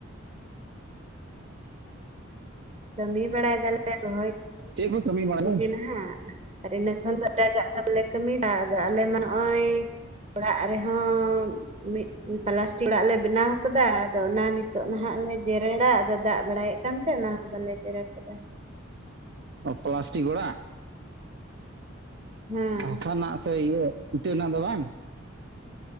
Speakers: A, on the right; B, on the right.
A: ᱠᱟᱹᱢᱤ ᱵᱟᱲᱟᱭ ᱫᱟᱞᱮ ᱨᱚᱦᱚᱭ
B: ᱪᱮᱫ ᱯᱮ ᱠᱟᱹᱢᱤ ᱵᱟᱲᱟᱭᱟ
A: ᱠᱩᱜᱤ ᱱᱟᱦᱸᱜ ᱟᱨ ᱤᱱᱟᱹ ᱠᱷᱚᱱ ᱫᱚ ᱮᱴᱟᱜᱟᱜ ᱠᱚᱞᱮ ᱠᱟᱹᱢᱟ ᱟᱫᱚ ᱟᱞᱮ ᱢᱟ ᱱᱚᱜᱼᱚᱭ ᱚᱲᱟᱜ ᱨᱮᱦᱚᱸ ᱢᱤᱫ ᱯᱞᱟᱥᱴᱤᱠ ᱚᱲᱟᱜ ᱞᱮ ᱵᱮᱱᱟᱣ ᱠᱟᱫᱟ ᱟᱨ ᱫᱚ ᱚᱱᱟ ᱱᱤᱛᱚᱜ ᱱᱟᱦᱟᱜ ᱞᱮ ᱡᱮᱨᱮᱲᱟ ᱟᱫᱚ ᱫᱟᱜ ᱵᱟᱲᱟᱭᱮᱫ ᱠᱟᱱᱛᱮ ᱚᱱᱟ ᱦᱚᱸ ᱵᱟᱞᱮ ᱡᱮᱨᱮᱲ ᱠᱟᱫᱟ
B: ᱯᱞᱟᱥᱴᱤᱠ ᱚᱲᱟᱜ
A: ᱦᱮᱸ
B: ᱦᱟᱥᱟ ᱨᱮᱱᱟᱜ ᱥᱮ ᱤᱭᱟᱹ ᱤᱴᱟᱹ ᱨᱮᱱᱟᱜ ᱫᱚ ᱵᱟᱝ